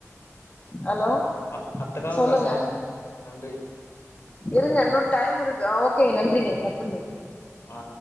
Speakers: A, on the left (about 30°); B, on the left (about 55°).
A: ஹலோ
B: அத் அட்த்த கால்
A: சொல்லுங்க
B: பேசற நன்றி
A: இருங்க இன்னு டைம் இருக்கு அ ஓகேங்க நன்றிங்க கட்பண்ணுங்க
B: ஆ